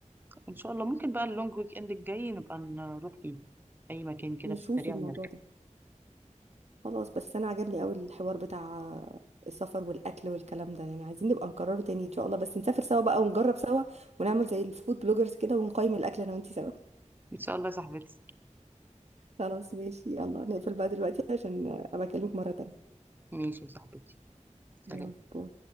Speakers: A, on the right; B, on the right.
A: ان شاء الله ممكن بقى اللونج ويك اند الجاي نبقى نروح فيه اي مكان كده
B: نشوف
A: في السريع
B: الموضوع
A: ونرجع
B: ده خلاص بس انا عجبني قوي الحوار بتاع السفر والاكل والكلام ده يعني عايزين نبقى نكرره تاني ان شاء الله بس نسافر سوا بقى ونجرب سوا ونعمل زي الفود بلوجرز كده ونقيم الاكل انا وانت سوا
A: ان شاء الله يا صاحبتي
B: خلاص ماشي يلا نقفل بقى دلوقتي عشان ابقى اكلمك مره تانيه
A: ماشي يا صاحبتي سلام
B: يلا باي